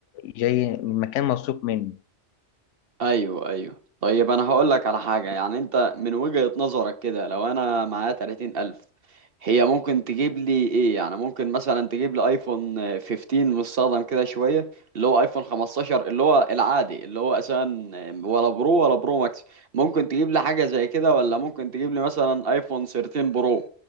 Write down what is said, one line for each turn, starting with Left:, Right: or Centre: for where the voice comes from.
Left: جاي من مكان موثوق منه
Right: ايوه ايوه طيب انا هقول لك على حاجه يعني انت من وجهه نظرك كده لو انا معايا 30000 الف هي ممكن تجيب لي ايه يعني ممكن مثلا تجيب لي ايفون آه، 15 مستخدم كده شويه اللي هو ايفون 15 اللي هو العادي اللي هو اساسا آه، ولا برو ولا برو ماكس ممكن تجيب لي حاجه زي كده ولا ممكن تجيب لي مثلا ايفون 13 برو